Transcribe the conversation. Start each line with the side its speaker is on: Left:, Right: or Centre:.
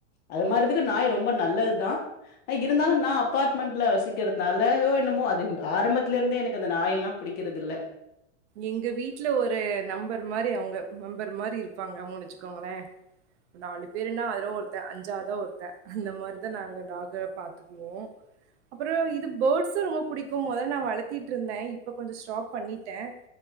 Left: அது மாரி இதுக்கு நாய் ரொம்ப நல்லது தா அ இருந்தாலு நா அப்பாட்மெண்ட்ல வசிக்கிறதுனாலயோ என்னமோ அது ஆரம்பத்துல இருந்தே எனக்கு அந்த நாயெல்லா பிடிக்கிறதில்ல
Right: எங்க வீட்ல ஒரு நம்பர் மாரி அவுங்க மெம்பர் மாரி இருப்பாங்க அவுங்க வச்சுக்கோங்களே நாலு பேருன்னா அதுல ஒருத்தன் அஞ்சாவதா ஒருத்தன் அந்த மாதிரிதான் நாங்க டாக பாத்து குவோம் அப்புறம் இது பேர்ட்ஸும் ரொம்ப பிடிக்கும் முதல்ல நான் வளத்திட்டு இருந்தேன் இப்போ கொஞ்சம் ஸ்டாப் பண்ணிட்டேன்